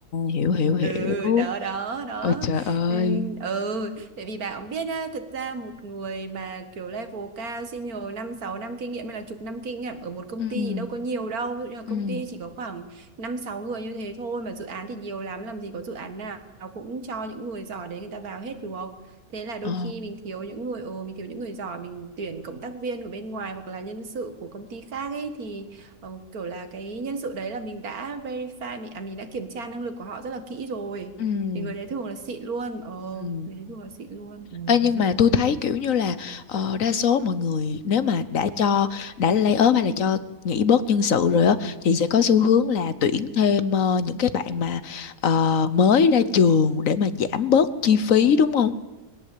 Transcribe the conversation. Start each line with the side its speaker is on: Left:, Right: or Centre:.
Left: hiểu hiểu hiểu.
Right: ừ đó đó đó
Left: Ôi trời ơi.
Right: ừ ừ, tại vì bà cũng biết á thật ra một người mà kiểu level cao senior năm sáu năm kinh nghiệm hay là chục năm kinh nghiệm ở một công
Left: ừ
Right: ty thì đâu có nhiều đâu ví dụ như là công
Left: ừ
Right: ty chỉ có khoảng năm sáu người như thế thôi mà dự án thì nhiều lắm làm gì có dự án nào cũng cho những người giỏi đấy người ta vào hết được không thế là đôi
Left: Ờ.
Right: khi mình thiếu những người ừ mình thiếu những người giỏi mình tuyển cộng tác viên của bên ngoài hoặc là nhân sự của công ty khác ấy thì ờ, kiểu là cái nhân sự đấy là mình đã verify mình à mình đã kiểm tra năng lực của họ rất là kỹ rồi
Left: ừ
Right: thì người đấy thường là xịn luôn ờ
Left: ừ
Right: người đấy thường là xịn luôn ừ.
Left: Ê, nhưng mà tôi thấy kiểu như là ờ, đa số mọi người nếu mà đã cho đã lay ốm hay là cho nghỉ bớt nhân sự rồi á thì sẽ có xu hướng là tuyển thêm ờ, những cái bạn mà ờ, mới ra trường để mà giảm bớt chi phí đúng không?